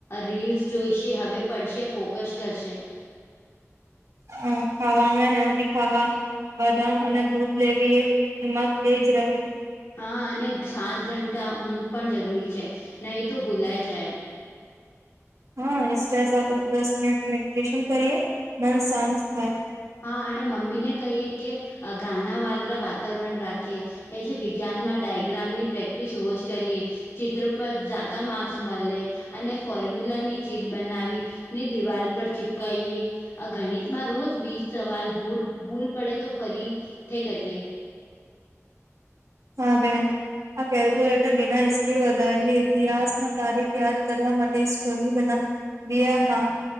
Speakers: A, on the left; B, on the right.
A: રીલ્સ જોઈશે હવે પડશે ફોકસ કરશે.
B: હા ખાવા મે હેલ્દી ખાવા બદામ અને દૂધ લેવીએ દિમાગ તેજ રહે.
A: હા અને સાત ઘંટા ઊંઘ પણ જરૂરી છે નહી તો ભૂલાય જાય.
B: હા સ્ટ્રેસ સાથે તો દસ મિનિટ મેડિટેશન કરીએ મન શાંત થાય.
A: હા અને મમ્મી ને કહીએ કે ઘાના વાગરા વાતાવરણ રાખીએ. એ જે વિજ્ઞાનમાં ડાયગ્રામની પ્રેક્ટિસ રોજ કરીએ. ચિત્ર પર જાદા માર્ક્સ મળે અને ફોર્મ્યુલાની ચીટ બનાવી ની દિવાલ પર ચીપકઈએ આ ગણિત માં રોજ બીજ સવાલ ભૂ ભૂલ પડે તો ફરીથી કરીએ.
B: હા બહેન. આ કેલ્ક્યુલેટર વિના સ્પીડ વધારીએ ઇતિહાસમાં તારીખ યાદ કરવા માટે સ્ટોરી બના <unintelligible> હા